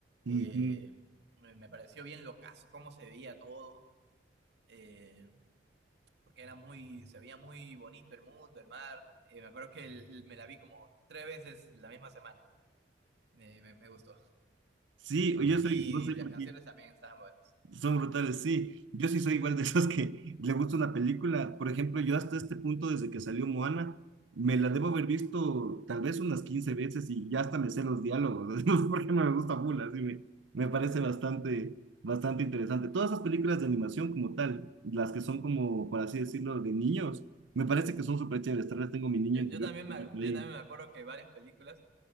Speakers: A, on the right (about 80°); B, on the right (about 65°).
A: Ujú.
B: eh, me, me pareció bien locazo, cómo se veía todo, eh, porque era muy, se veía muy bonito el mundo, el mar. Eh, me acuerdo que el- el- me la vi como tres veces la misma semana, eh, me, me gustó.
A: Sí, yo
B: Y
A: soy, no sé
B: las
A: por
B: canciones
A: qué,
B: también estaban buenas.
A: Son brutales, sí. Yo sí soy igual de esos que <laughs> le gusta una película. Por ejemplo, yo hasta este punto, desde que salió Moana, me la debo haber visto tal vez unas 15 veces y ya hasta me sé los diálogos. <laughs> No sé por qué no me gusta full, así me, me parece bastante, bastante interesante. Todas esas películas de animación como tal, las que son como, por así decirlo, de niños, me parece que son súper chéveres. Tal vez tengo mi niño
B: Yo, yo,
A: interior.
B: también me,
A: ahí.
B: yo también me acuerdo que varias películas,